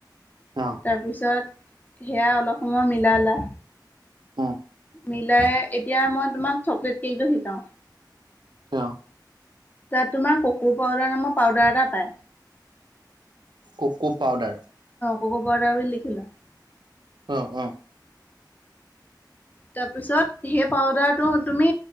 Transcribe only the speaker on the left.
তাৰপিছত সেয়া অলপ সময় মিলালা।
মিলাই এতিয়া মই তোমাক চকলেট কেকটো শিকাওঁ।
তাত তোমাৰ ক ককো পাউদাৰ নামৰ পাউদাৰ এটা পায় অ।
কক পাউদাৰ বুলি লিখিলা।
তাৰপিছত সেই পাউদাৰটো তুমি